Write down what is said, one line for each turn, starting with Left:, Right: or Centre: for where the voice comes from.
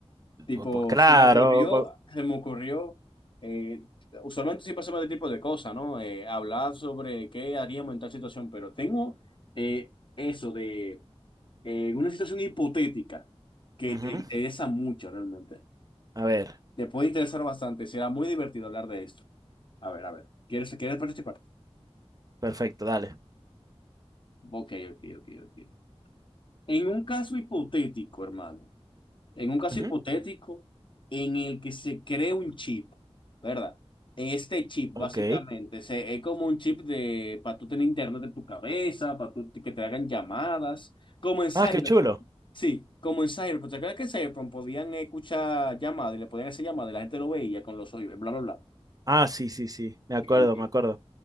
Left: Tipo,
Right: Pu- Pues claro.
Left: se me ocurrió,
Right: cu-
Left: se me ocurrió, eh, usualmente siempre hacemos este tipo de cosas, ¿no? Eh, hablar sobre qué haríamos en tal situación, pero tengo eh, eso de eh, una situación hipotética que
Right: ujú.
Left: te interesa mucho realmente.
Right: A ver,
Left: Te puede interesar bastante, será muy divertido hablar de esto. A ver, a ver, ¿quieres, quieres participar?
Right: perfecto, dale.
Left: Ok, ok, ok, ok. En un caso hipotético, hermano. En un caso
Right: Ujú.
Left: hipotético en el que se cree un chip, ¿verdad? Este chip
Right: Ok.
Left: básicamente se- es como un chip de para tú tener internet en tu cabeza, para tú, que te hagan llamadas, como en Cyberpunk.
Right: Ah, qué chulo.
Left: Sí, como en Cyberpunk. ¿Te acuerdas que en Cyberpunk podían escuchar llamadas y le podían hacer llamadas y la gente lo veía con los oídos, bla, bla, bla?
Right: Ah, sí, sí, sí, me acuerdo,
Left: Bien, bien,
Right: me acuerdo.